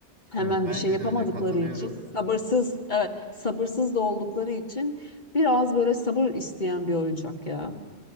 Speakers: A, on the left; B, on the right.
A: hemen
B: Evet bence
A: bir şey yapamadıkları
B: de öyle katılıyorum.
A: için sabırsız evet, sabırsız da oldukları için biraz böyle sabır isteyen bir oyuncak ya.